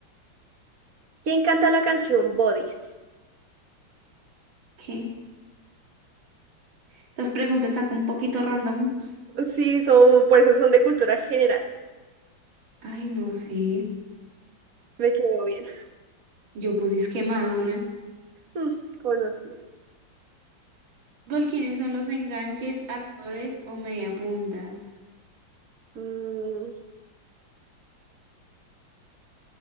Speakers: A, on the right; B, on the right.
A: ¿quién canta la canción Bodies?
B: ¿qué? Estas preguntas están un poquito randoms.
A: Sí, son, por eso son de cultura general.
B: Ay, no sé.
A: Me quedó bien.
B: Yo puse es que Madonna.
A: Mm, conocida.
B: ¿Por quiénes son los enganches, armadores o mediapuntas?
A: Mm,